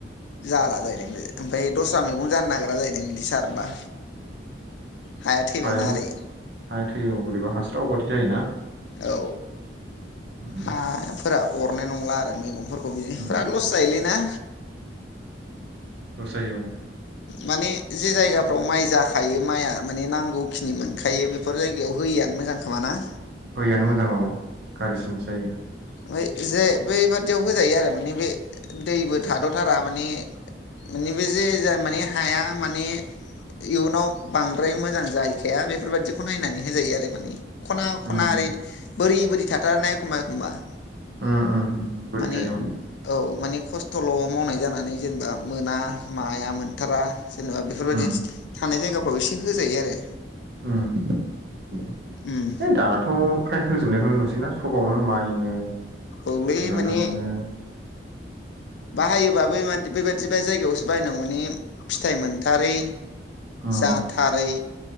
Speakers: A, on the left; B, on the right.
A: जाला जाहैदों ओमफ्राय दस्रा मैगं जानो नागिरा जाहैदों बिदि सारबा हाया थैबायना
B: हायानो
A: ओरै
B: हाया थैयो बोरैबा हास्राव बादि जायोना
A: औ
B: उम
A: हफोरा अरनाय नंला आरो मैगं फोरखौ बिदि
B: उम
A: बिराद लस जाहैोलै ना
B: रसायो औ
A: माने जे जायगाफ्राव माइ जाखायो माइआ माने नांगौखिनि मोनखायो बेफोर जायगायाव होयो दैयानो मोजां खोमााना
B: फययानो मोजां औ गारि्रिसिनसो जायो
A: ओफ्राय जे बबादियाव होजायो आरो माने बे दैबो थाद'थारा माने माने बे जे ज माने हाया माने इयुनाव बांद्राय मोजां जाहैखाया बेफोरबादिखौ नायनानै होजायो आरो माने खना खना
B: उम
A: ओरै
B: उम
A: बोरै बोरै थाथारनाय एखमबा एखमबा
B: उम उम उम बोरै
A: माने
B: थायो
A: औ माने खस्थ' थल' मावनाय जानानै जेनेबा मोना माया मोनथारा जेनेबा बेफोरबायदि
B: उम
A: थानाय जायगाफ्राव एसे होजायो आरो
B: हैओइ
A: उम
B: दानाथ' फ्राय होजोबनायखौनो नुसैना खबावनो माइनो
A: औल
B: गोरान
A: माने
B: आबादनो
A: बाहायोबा बे बेबादि बे जायगायावसो बायनांगौ माने फिथाइ मोनथारै
B: उम
A: जतारै